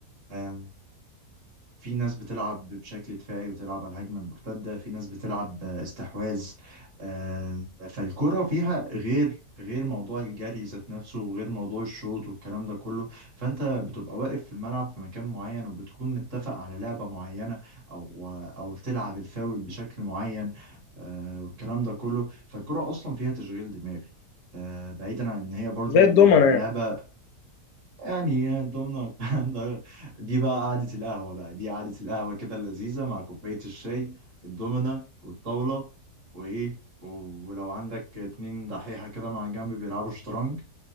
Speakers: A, on the right (about 50°); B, on the left (about 80°).
A: آه، في ناس بتلعب بشكل دفاعي وتلعب على الهجمة المرتدة في ناس بتلعب استحواذ آه، فالكرة فيها غير غير موضوع الجري ذات نفسه وغير موضوع الشوط والكلام ده كله فأنت بتبقى واقف في الملعب في مكان معين وبتكون متفق على لعبة معينة أو أو تلعب الفاول بشكل معين آه، والكلام ده كله فالكرة أصلا فيها تشغيل دماغ آه، بعيدا عن إن هي برضو
B: زي الدومنه يعني
A: لعبة يعني الضمنة والكلام ده دي بقى قعدة القهوة بقى دي قعدة القهوة كده اللذيذة مع كوباية الشاي الضمنة والطاولة وإيه ولو عندك اتنين دحيحة كده مع جنب بيلعبوا شطرنج